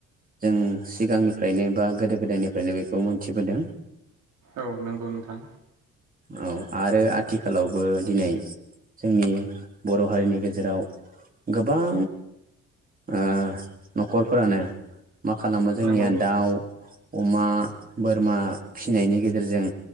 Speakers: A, on the right (about 30°); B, on the right (about 80°).
A: जों सिगांनिफ्रायनो बा गोदो गोदायनिफ्रायनो बेखौ मोनथिबोदों।
B: औ नंगौ नोंथां।
A: औ आरो आथिखालावबो दिनै जोंनि बर' हारिनि गेजेराव गोबां ओ न'खरफोरानो मा खालामो जोंनिया
B: नंगौ
A: दाउ अमा बोरमा फिनायनि गेजेरजों